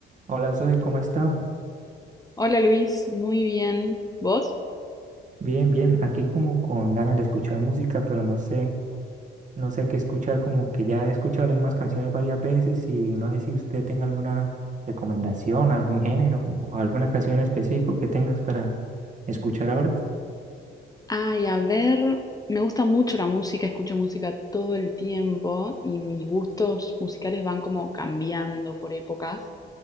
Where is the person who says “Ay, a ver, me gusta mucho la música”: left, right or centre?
Left